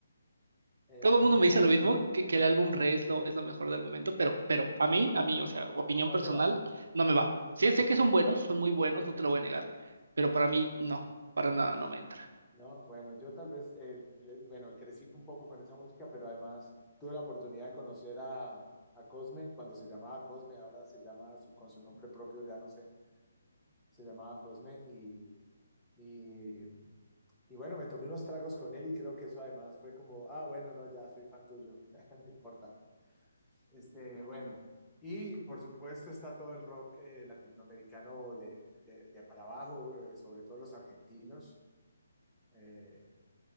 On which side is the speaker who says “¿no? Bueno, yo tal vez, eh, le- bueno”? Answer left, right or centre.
Centre